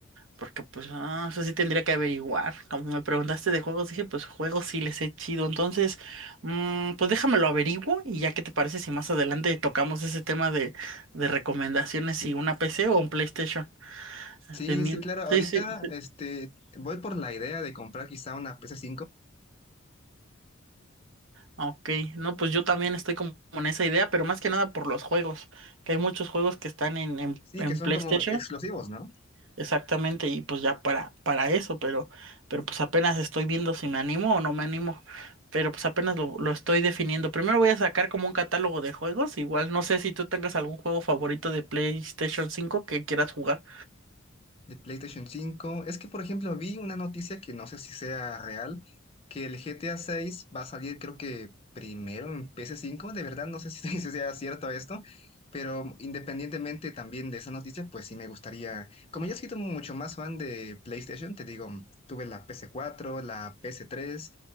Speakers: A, on the right (about 70°); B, on the left (about 30°).
A: Porque pues, ah, eso sí tendría que averiguar. Como me preguntaste de juegos, dije, pues juegos sí les he chido. Entonces, mm, pues déjamelo averiguo y ya qué te parece si más adelante tocamos ese tema de, de recomendaciones, si una PC o un PlayStation.
B: Sí,
A: De mil.
B: sí, claro. Ahorita,
A: Sí, sí, sí.
B: este, voy por la idea de comprar quizá una ps cinco.
A: Ok, no, pues yo también estoy como en esa idea, pero más que nada por los juegos, que hay muchos juegos que están en, en,
B: Sí,
A: en
B: que son
A: PlayStation.
B: como exclusivos, ¿no?
A: Exactamente, y pues ya para, para eso, pero, pero pues apenas estoy viendo si me animo o no me animo, pero pues apenas lo, lo estoy definiendo. Primero voy a sacar como un catálogo de juegos, igual no sé si tú tengas algún juego favorito de PlayStation 5 que quieras jugar.
B: De PlayStation cinco Es que, por ejemplo, vi una noticia que no sé si sea real, que el GTA seis va a salir creo que primero en ps cinco De verdad, no sé si, <laughs> si sea cierto esto, pero independientemente también de esa noticia, pues sí me gustaría, como yo soy sido mucho más fan de PlayStation, te digo, tuve la ps cuatro la ps tres